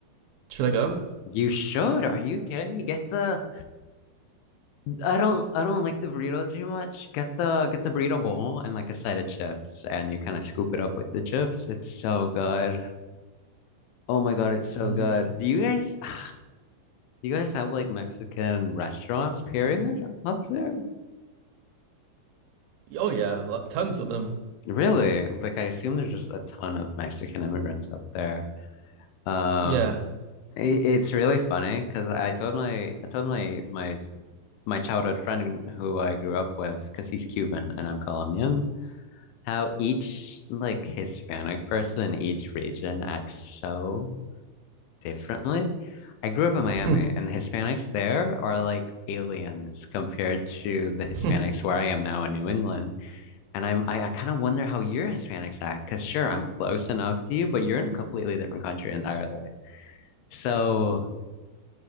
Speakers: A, on the right; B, on the left.
A: Should I go?
B: you should. Are you kidding me? Get the I don't I don't like the burrito too much. Get the get the burrito bowl and like a side of chips and you kind of scoop it up with the chips. It's so good. Oh my God, it's so
A: I'm
B: good.
A: gonna.
B: Do you guys <sighs> do you guys have like Mexican restaurants, period, up there?
A: Oh yeah, lo- tons of them.
B: Really? Like I assume there's just a ton of Mexican immigrants up there. Um,
A: Yeah.
B: it, it's really funny because I told my I told my my my childhood friend who I grew up with because he's Cuban and I'm Colombian, how each like Hispanic person in each region acts so differently. I grew up in Miami,
A: <laughs>
B: and the Hispanics there are like aliens compared to the Hispanics
A: mm-hmm.
B: where I am now in New England. And I'm I, I kind of wonder how your Hispanics act, because sure, I'm close enough to you, but you're in a completely different country entirely. So,